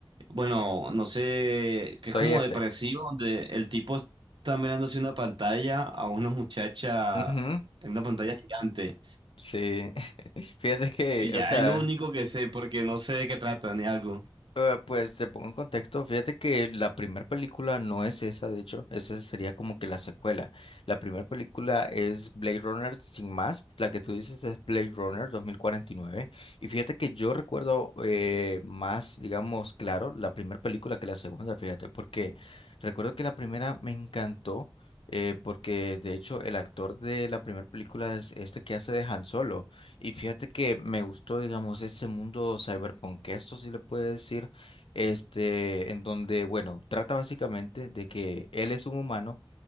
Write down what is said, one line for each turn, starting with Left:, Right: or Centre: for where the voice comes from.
Right: bueno, no sé,
Left: Soy
Right: que es como
Left: ese.
Right: depresivo, donde el tipo está mirando hacia una pantalla a una muchacha
Left: Ujú,
Right: en una pantalla gigante.
Left: Sí. <laughs> Fíjate que,
Right: Y ya
Left: o sea.
Right: es lo único que sé, porque no sé de qué trata ni algo.
Left: Eh, pues te pongo en contexto, fíjate que la primera película no es esa, de hecho, esa sería como que la secuela. La primera película es Blade Runner sin más, la que tú dices es Blade Runner 2049. Y nueve. Y fíjate que yo recuerdo eh, más, digamos, claro, la primera película que la segunda, fíjate, porque recuerdo que la primera me encantó, eh, porque de hecho el actor de la primera película es este que hace de Han Solo. Y fíjate que me gustó, digamos, ese mundo cyberpunk, esto sí le puede decir, este, en donde, bueno, trata básicamente de que él es un humano,